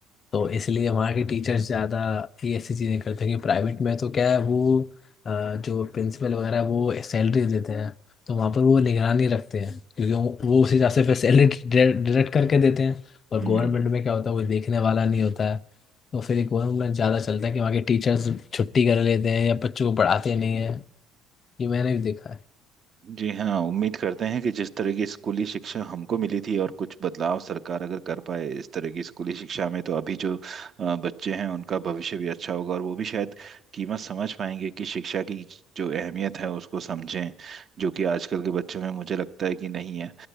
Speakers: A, on the left; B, on the right.
A: तो इसलिए वहाँ के टीचर्स ज़्यादा ये ऐसी चीज़ें करते हैं कि प्राइवेट में तो क्या है वो अ, जो प्रिंसिपल वगैरह है, वो सैलरी देते हैं तो वहाँ पर वो निगरानी रखते हैं क्योंकि वो वो उस हिसाब से फिर सैलरी डिडक्ट करके देते हैं और
B: हम्म
A: गवर्नमेंट में क्या होता है कोई देखने वाला नहीं होता है तो फिर गवर्नमेंट में ज़्यादा चलता है कि वहाँ के टीचर्स छुट्टी कर लेते हैं या बच्चों को पढ़ाते नहीं हैं ये मैंने भी देखा है
B: जी हाँ उम्मीद करते हैं कि जिस तरह की स्कूली शिक्षा हमको मिली थी और कुछ बदलाव सरकार अगर कर पाए इस तरह की स्कूली शिक्षा में तो अभी जो अ, बच्चे हैं उनका भविष्य भी अच्छा होगा और वो भी शायद कीमत समझ पाएंगे कि शिक्षा की जो अहमियत है उसको समझें जो कि आजकल के बच्चों में मुझे लगता है कि नहीं है